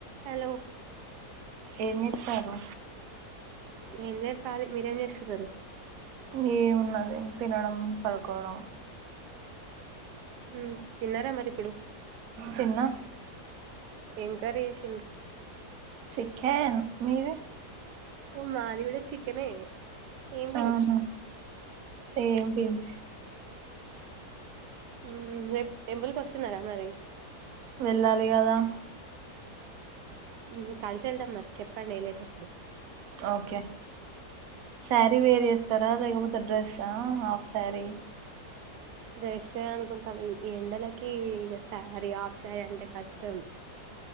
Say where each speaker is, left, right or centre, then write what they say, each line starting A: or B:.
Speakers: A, on the right (about 85°); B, on the right (about 65°).
A: Hello
B: ఏమిత్తరు
A: ఏం లేదు కాలి మీరేం చేస్తున్నారు
B: ఏమున్నది తినడం పడుకోడం
A: ఉ తిన్నారా మరి ఇప్పుడు
B: తిన్నా
A: ఏం కర్రీ చేసిండు
B: చికెన్ మీది
A: ఓ మాది కూడా చికెనే సేమ్ పించ్
B: అవునా సేమ్ పించ్
A: ఉమ్ రేపు టెంపుల్కు వస్తున్నారా మరి
B: వెళ్ళాలి కదా
A: ఉమ్ కలిసి వెళ్దాం మరి చెప్పండి వెళ్లేటప్పుడు
B: ఓకే సారీ వేర్ చేస్తారా లేకపోతే డ్రెస్సా హాఫ్ సారీ
A: డ్రెస్సె అనుకుంటాన ఈ ఎండలకి ఇగా సారీ ఆఫ్ సారీ అంటే కష్టం